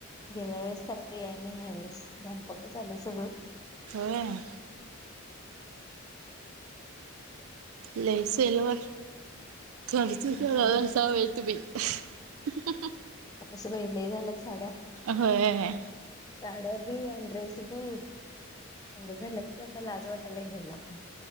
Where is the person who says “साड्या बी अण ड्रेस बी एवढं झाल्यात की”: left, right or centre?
Left